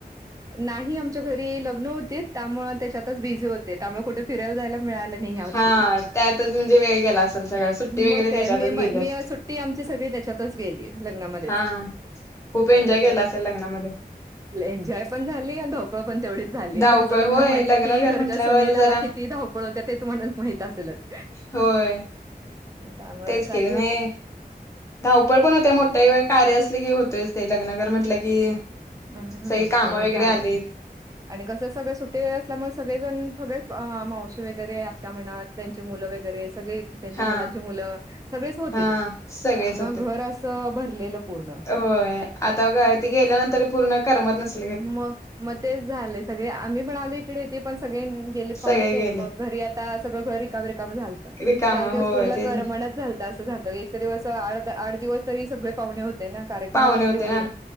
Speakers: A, on the right; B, on the left.
A: नाही आमच्या घरी लग्न होतीत त्यामुळ तेच्यातच बिझी होते त्या म कुठ फिरायला जायला मिळालं नाही ह्या वर्षी.
B: हा त्यातच म्हणजे वेळ गेला आसल सगळा सुट्टी
A: मग
B: वगैरे
A: काय
B: त्याच्यातच
A: मे म
B: गेली.
A: मे
B: असेल
A: सुट्टी आमची सगळी त्याच्यातच गेली लग्नामध्येच.
B: हा खूप
A: म
B: एन्जॉय
A: लग्नच
B: केला असेल लग्नामध्ये
A: लई एन्जॉय पण झाली आणि धवपळ पण तेवढीच झाली,
B: धावपळ
A: घरचं लग्न
B: होय
A: म्हणलं
B: लग्न
A: की
B: घर
A: घरच्या
B: म्हटल्यावर
A: सुनेला
B: जरा
A: किती धावपळ होत्या ते तुम्हाना माहित आसलच.
B: होय.
A: पण त्यामुळ
B: तेच
A: चालली
B: केले नाही
A: होते.
B: धावपळ पण होत्या मोठ्या कार्य आसल की होतयच ते लग्नकर म्हटलं की,
A: हू
B: सगळी कामं वगैरे आलीत
A: <unintelligible> आणि कसं सगळं सुटे असल्यामुळ सगळेजण सगळेच मावशी वगैरे आत्या म्हणा त्यांचे मुलं वगैरे सगळे त्यांचे
B: हा
A: मुलांचे मुलं सगळेच होतीत,
B: हा सगळेच
A: त्यामुळं घर आसं भरलेलं पूर्ण.
B: व्हय. आता ते गेल्यानंतर पूर्ण करमत नस
A: म म तेच झालंय सगळे आम्ही पण आलो इकडे ते पण सगळे नि गेले
B: सगळे
A: पाहुणे तेन
B: गेले
A: मग घरी आता सगळं घर रिकाम रिकाम झालतं
B: रिकाम
A: चार दिवस
B: होय
A: कुणाला
B: तेच
A: करमनाच
B: ना.
A: झाल त आसं झालंतं इतक दिवस आड द आड दिवस तरी सगळे पाहुणे होते ना कार्यक्रमच
B: पाहुणे
A: होते एवढे
B: ना